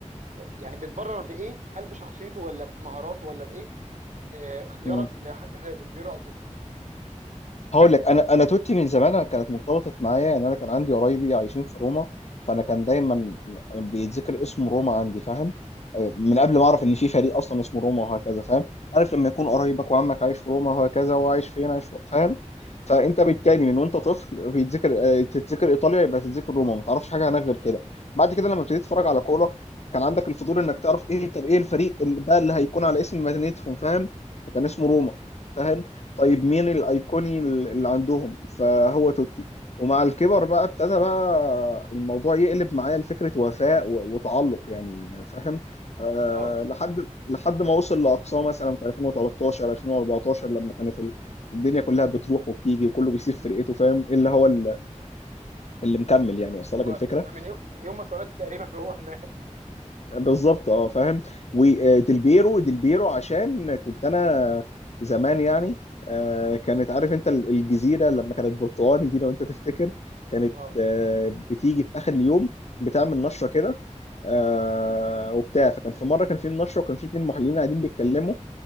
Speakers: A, on the right (about 75°); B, on the left (about 60°).
A: آه، يعني بتبرر بايه هل بشخصيته ولا بمهاراته ولا بايه آه اختيارك
B: مم.
A: لحد زي ديلبيرو او توتي
B: هقول لك انا انا توتي من زمان انا كانت مرتبطه معايا يعني انا كان عندي قرايبي عايشين في روما فانا كان دايما بيتذكر اسم روما عندي فاهم آه، من قبل
A: اه
B: ما اعرف ان في فريق اصلا اسمه روما وهكذا فاهم عارف لما يكون قرايبك وعمك عايش في روما وهكذا وعايش فين عايش في- فاهم فانت بالتالي من وانت طفل بيتذكر آه، تتذكر ايطاليا يبقى تتذكر روما ما تعرفش حاجه عنها غير كده بعد كده لما ابتديت اتفرج على كوره كان عندك الفضول انك تعرف ايه طب ايه الفريق اللي بقى اللي هيكون على اسم مدينتهم فاهم فكان اسمه روما فاهم طيب مين الايقوني اللي عندهم فهو توتي ومع الكبر بقى ابتدى بقى الموضوع يقلب معايا لفكره وفاء و- وتعلق يعني فاهم أه
A: اه
B: لحد لحد ما وصل لاقصاه مثلا في 2013 2014 لما كانت ال- الدنيا كلها بتروح وبتيجي وكله بيسيب فرقته فاهم إيه اللي هو ال- اللي مكمل
A: بالظبط
B: يعني وصل
A: هو
B: لك الفكره
A: انا من يوم من يوم ما اتولدت تقريبا هو انا
B: بالظبط اه فاهم وديلبيرو ديلبيرو عشان كنت انا زمان يعني آه، كانت عارف انت ال- الجزيره لما كانت برتقاني دي لو انت تفتكر كانت
A: اه
B: آه، بتيجي في اخر اليوم بتعمل نشره كده آه، وبتاع فكان في مره كان في النشره وكان في اتنين محللين قاعدين بيتكلموا